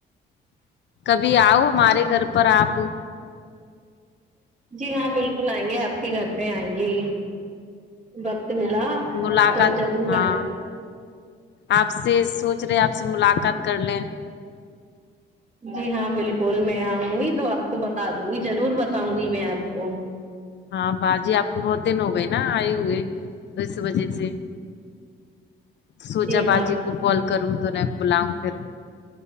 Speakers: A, on the left; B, on the right.
A: ابھی آؤ ہمارے گھر پر آپ
B: جی ہاں بالکل آئیں گے آپ کے گھر پہ آئیں گے وقت ملا
A: ملاقات
B: تو جرور
A: ہاں
B: آئیں گے
A: آپ سے سوچ رہے آپ سے ملاقات کر لیں
B: جی ہاں بالکل میں آؤں گی تو آپ کو بتا دوں گی ضرور بتاؤں گی میں آپ کو
A: ہاں باجی آپ کو بہت دن ہو گئے نا آئے ہوئے تو یس وجہ سے سونچا
B: جی
A: باجی
B: ہاں
A: کو کال کروں تو نہ بلاؤں پھر